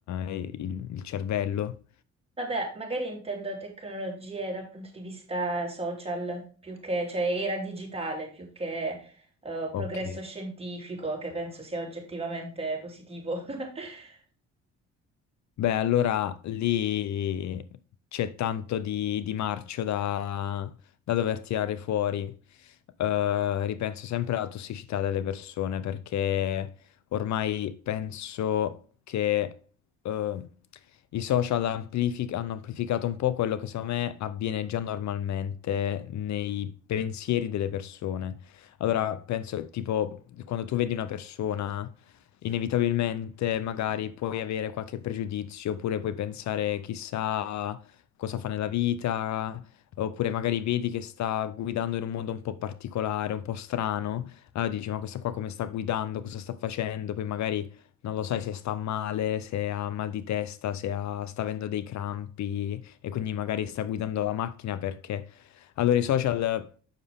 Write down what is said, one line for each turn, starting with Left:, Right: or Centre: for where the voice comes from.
Left: eh, il il cervello.
Right: Vabbè, magari intendo tecnologie dal punto di vista social, più che, cioè era digitale, più che eh,
Left: Ok,
Right: progresso scientifico, che penso sia oggettivamente positivo. <laughs>
Left: Beh, allora lì c'è tanto di, di marcio da, da dover tirare fuori. Eh, ripenso sempre alla tossicità delle persone perché ormai penso che eh, i social amplific- hanno amplificato un po' quello che secondo me avviene già normalmente nei pensieri delle persone. Allora, penso tipo quando tu vedi una persona inevitabilmente magari puoi avere qualche pregiudizio, oppure puoi pensare chissà cosa fa nella vita, oppure magari vedi che sta guidando in un modo un po' particolare, un po' strano, allora dici ma questa qua come sta guidando, cosa sta facendo, poi magari non lo sai se sta male, se ha mal di testa, se ha- sta avendo dei crampi e quindi magari sta guidando la macchina perché allora i social